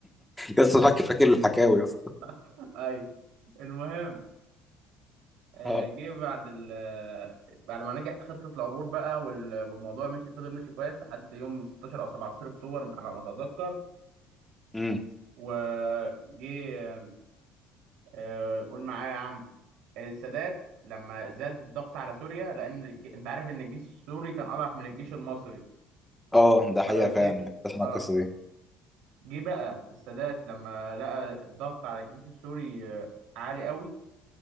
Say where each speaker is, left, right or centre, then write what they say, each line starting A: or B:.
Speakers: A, in the centre; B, on the right.
A: لسه فاكر فاكر الحكاوي يا اسطى
B: <laughs> ايوه المهم آه،
A: اه
B: جه بعد ال آه، بعد ما نجح خطة العبور بقى وال- والموضوع مشي فضل ماشي كويس لحد يوم 16 أو 17 أكتوبر على ما أتذكر
A: امم
B: وجه آه، قول معايا يا عم السادات لما زاد الضغط على سوريا لأن الج- أنت عارف إن الجيش السوري كان أضعف من الجيش المصري
A: اه ده حقيقه
B: فجه
A: فعلا اسمع
B: آه
A: القصه دي
B: جه بقى السادات لما لقى الضغط على الجيش السوري آه، عالي قوي